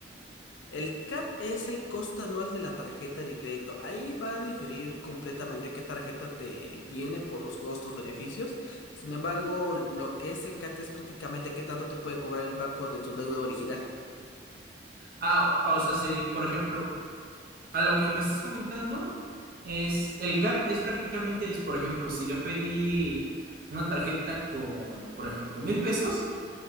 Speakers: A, on the left; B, on the right.
A: El CAT es el costo anual de la tarjeta de crédito. Ahí va a diferir completamente qué tarjeta te viene por los costos, beneficios. Sin embargo, lo que es el CAT es prácticamente qué tanto te puede cobrar el banco de tu deuda original.
B: Ah, o o sea, si, por ejemplo, a lo que me estás comentando es, el CAT es prácticamente, es, por ejemplo, si yo pedí una tarjeta con, por ejemplo, mil pesos